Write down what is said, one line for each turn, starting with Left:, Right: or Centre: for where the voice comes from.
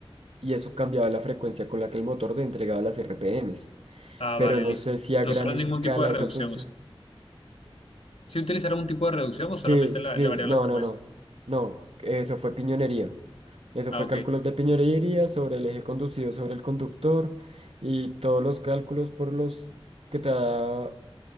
Right: y eso cambiaba la frecuencia con la que el motor te entregaba las RPMs.
Left: Ah,
Right: Pero
Left: vale,
Right: no
Left: listo.
Right: sé si a
Left: No
Right: gran
Left: será
Right: escala
Left: ningún tipo de reducción,
Right: esa función.
Left: ¿o sí? ¿Sí utilizará un tipo de reducción o solamente
Right: Sí, sí,
Left: la- le varían
Right: no,
Left: la frecuencia?
Right: no, no, no, eso fue piñonería. Eso
Left: Ah,
Right: fue
Left: ok.
Right: cálculos de piñonería sobre el eje conducido sobre el conductor y todos los cálculos por los que te da